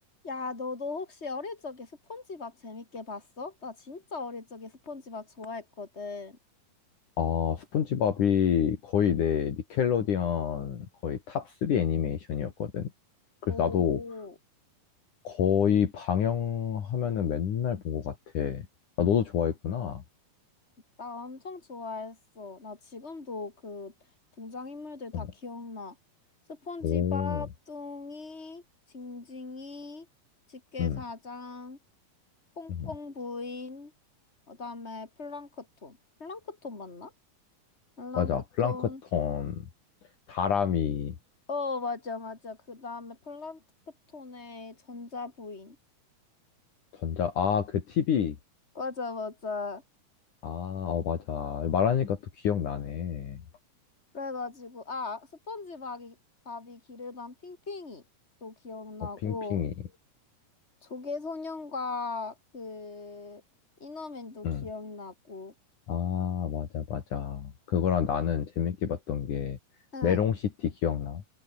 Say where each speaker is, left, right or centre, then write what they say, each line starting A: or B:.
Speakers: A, on the left; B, on the left.
A: 야, 너도 혹시 어릴 적에 스폰지밥 재밌게 봤어? 나 진짜 어릴 적에 스폰지밥 좋아했거든.
B: 아, 스폰지밥이 거의 내 니켈로디언 거의 탑3 애니메이션이었거든. 그래서
A: 오,
B: 나도 거의 방영하면은 맨날 본 것 같아. 아, 너도 좋아했구나.
A: 나 엄청 좋아했어. 나 지금도 그 등장인물들 다
B: 어,
A: 기억나. 스폰지밥,
B: 오,
A: 뚱이, 징징이, 집게사장,
B: 음,
A: 퐁퐁
B: 음.
A: 부인, 그다음에 플랑크톤. 플랑크톤 맞나? 플랑크톤.
B: 맞아. 플랑크톤, 다람이,
A: 어, 맞아, 맞아. 그다음에 플랑크톤의 전자부인.
B: 전자, 아, 그 TV.
A: 맞아, 맞아.
B: 아, 어, 맞아. 말하니까 또 기억나네.
A: 그래가지고, 아, 스펀지밥이, 밥이 밥이 기르던 핑핑이도 기억나고,
B: 어, 핑핑이.
A: 조개소년과 그, 이너맨도
B: 응.
A: 기억나고,
B: 아, 맞아, 맞아. 그거랑 나는 재밌게 봤던 게
A: 응.
B: 메롱시티 기억나?